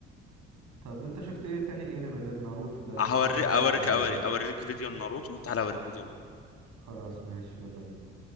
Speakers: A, on the right; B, on the left.
A: طب انت شفت ايه تاني انمي غير ناروتو ده تنصحني
B: هوريك
A: اتفرج
B: اوريك
A: عليه
B: اوريك اوريك فيديو ناروتو تعالى اوريك فيديو
A: خلاص ماشي يلا بينا